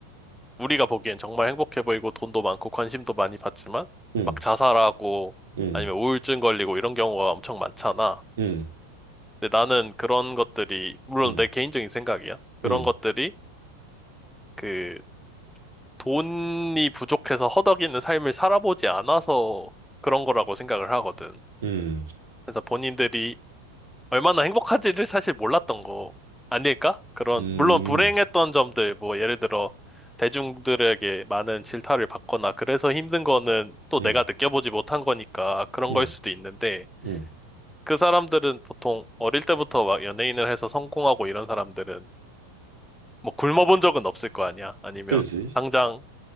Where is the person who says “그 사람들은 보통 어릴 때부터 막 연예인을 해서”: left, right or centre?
Centre